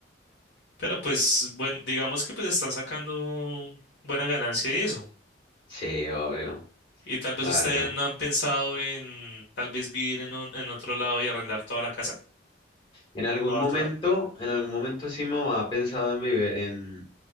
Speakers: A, on the left; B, on the left.
A: Pero pues, bueno, digamos que pues están sacando buena ganancia y eso.
B: Sí, obvio,
A: Y tal vez
B: la
A: ustedes
B: verdad.
A: no han pensado en tal vez vivir en, un- en otro lado y arrendar toda la casa.
B: En algún
A: Toda,
B: momento,
A: toda.
B: en algún momento sí mi mamá ha pensado en vivir, en,